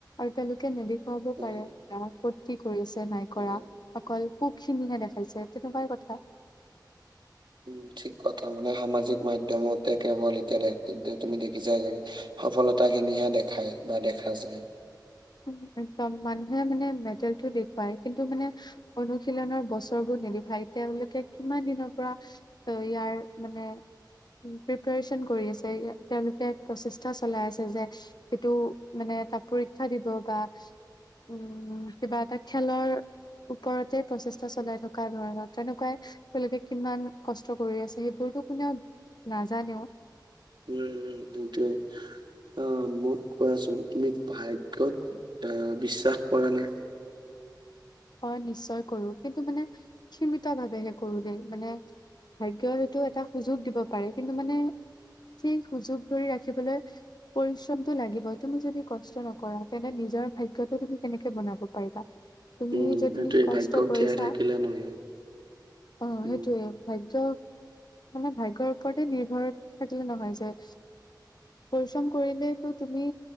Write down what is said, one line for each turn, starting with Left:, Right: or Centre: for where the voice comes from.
Left: আৰু তেওঁলোকে নেদেখুৱাব
Right: উম,
Left: পাৰে আমাক কত, কি কৰি আছে, নাই
Right: উম।
Left: কৰা অকল সুখ খিনিহে দেখাইছে তেনেকোৱাই কথা।
Right: উম ঠিক কথা মানে সামাজিক মাধ্যমতে কেৱল এতিয়া দে তুমি দেখিছাই চাগে সফলতাখিনিয়ে দেখায় বা দেখা যায়
Left: উ একদম মানুহে মানে মেটেলতো দেখুৱায় কিন্তু মানে অনুশীলনৰ বছৰবোৰ নেদেখোই তেওঁলোকে কিমান দিনৰ পৰা ত ইয়াৰ মানে প্ৰিপাৰেচন কৰি আছে তেওঁলোকে প্ৰচেষ্টা চলাই আছে যে এইটো মানে তাক পৰীক্ষা দিব বা উম কিবা এটা খেলৰ ওপৰতে প্ৰচেষ্টা চলাই থকা ধৰণৰ তেনেকোৱাই তেওঁলোকে কিমান কষ্ট কৰি আছে সেইবোৰতো কোনেও নাজানেও।
Right: নাই নাই সেইটোৱে। অ মোক কোৱাচোন তুমি ভাগ্যত আহ বিশ্বাস কৰা নে?
Left: অ নিশ্চয় কৰো কিন্তু মানে সীমিত ভাৱেহে কৰো দেই মানে ভাগ্য সেইটো এটা সুযোগ দিব পাৰে কিন্তু মানে যি সুযোগ ধৰি ৰাখিবলৈ পৰিশ্ৰমতো লাগিবই তুমি যদি কষ্ট নকৰা তেন্তে নিজৰ ভাগ্যটো তুমি কেনেকে বনাব পাৰিবা তুমি
Right: উম,
Left: যদি
Right: সেইটোৱে
Left: কষ্ট
Right: ভাগ্যক
Left: কৰিছা
Right: জীয়াই থাকিলে নহয়।
Left: অ সেইটোৱে
Right: উম,
Left: ভাগ্যক মানে ভাগ্যৰ ওপৰতে নিৰ্ভৰ থাকিলে নহয় যে পৰিশ্ৰম কৰিলেতো তুমি